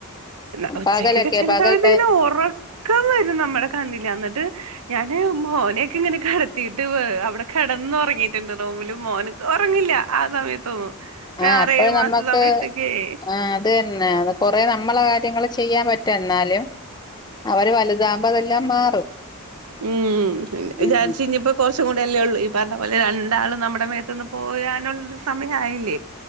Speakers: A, on the right; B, on the left.
A: ഇല്ല ഉച്ചയ്കൊക്കെ
B: പകലൊക്കെ
A: ചെറ്തായിട്ട്ങ്ങ്നെ
B: പകൽ ടൈ
A: ഒറക്കംവരുംനമ്മളെ കണ്ണില് അന്ന്ട്ട് ഞാന് ക്മോനെ ക്ങ്ങനെ കടത്തിയിട്ട് വേ അവിടെ കെടന്നൊറങ്ങിട്ട്ണ്ട് റൂമില് മോനക്ക് ഒറങ്ങില്ല ആ സമയത്തൊന്നും ഒരു
B: ആ
A: ആറേഴു
B: അപ്പഴ് നമ്മക്ക്
A: മാസ സമയത്തൊക്കെ
B: ആ അത് തന്നെ കൊറേ നമ്മള് കാര്യങ്ങള് ചെയ്യാൻ പറ്റൊഎന്നാലും അവര് വലുതാവുമ്പോ അതെല്ലാം മാറും
A: ഉം ഇന് വിചാരിച്ച്
B: ഉം
A: ഇനിയിപ്പെ കൊറച്ച് ച്ച് ചൂടെയെല്ലേ ഒള്ളൂ ഈ പറഞ്ഞ പോലെ രണ്ടാളും നമ്മടെ മേത്ത് പോയാനൊള്ളു സമയായില്ലേ